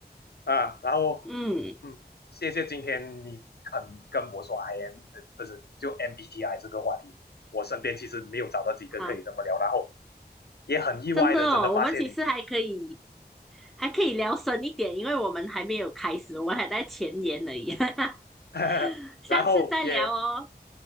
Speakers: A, on the left (about 70°); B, in the centre.
A: 啊。然后
B: 嗯，
A: 嗯，谢谢今天你肯跟我说 IN，呃不是就 MBTI 这个话题，我身边其实没有找到几个可以这么聊，
B: 好。
A: 然后也很意外的真的发现你，
B: 真的哦，我们其实还可以还可以聊深一点，因为我们还没有开始，我们还在前言而已，<laughs>
A: <laughs>
B: 下次再聊哦。
A: 然后也